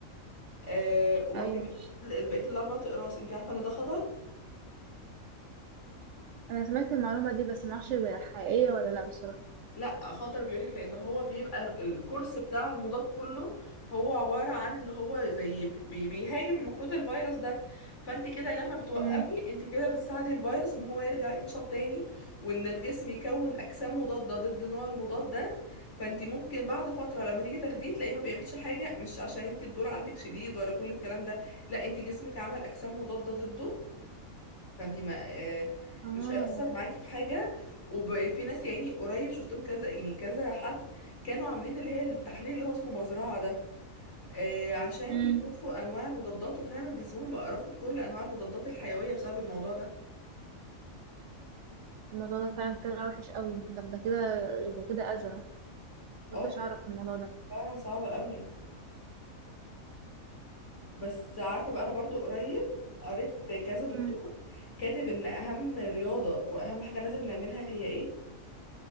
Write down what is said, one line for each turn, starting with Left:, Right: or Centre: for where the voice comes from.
Left: آه، وما
Right: ايوه
Left: كملتيش بقيه الاربع اقراص انت عارفه ان ده خطر
Right: انا سمعت المعلومه دي بس ما اعرفش هي حقيقيه ولا لا بصراحه
Left: لا خطر بيقولك لان هو بيبقى ال- الكورس بتاع المضاد كله هو عبارة عن ان هو زي بي بيهاجم المفروض الفيروس ده فانت كده لما بتوقفي
Right: امم
Left: انت كده بتساعدي الفيروس ان هو يرجع ينشط تاني وان الجسم يكون اجسام مضادة ضد نوع المضاد ده فانت ممكن بعد فترة لما تيجي تاخديه تلاقيه ما بيعملش حاجة مش عشان انت الدور عندك شديد ولا كل الكلام ده لا انت جسمك عمل اجسام مضادة ضده فانت ما آه،
Right: اه
Left: مش هيأثر معاكي في حاجة وفي ناس يعني قريب شفتهم كذا يعني كذا حد كانوا عاملين اللي هي التحليل اللي هو اسمه مزرعة ده آه، عشان
Right: امم
Left: يشوفوا انواع المضادات وفعلا جسمهم بقى رافض كل انواع المضادات الحيوية بسبب الموضوع ده
Right: الموضوع ده فعلا طلع وحش قوي ده ده كده يبقى كده اذى
Left: اه
Right: كنتش
Left: كانت
Right: اعرف الموضوع ده
Left: فعلا صعبة قوي بس عارفة بقى انا برضو قريب قريت كذا دكتور
Right: امم
Left: كاتب ان اهم رياضة واهم حاجة لازم نعملها هي ايه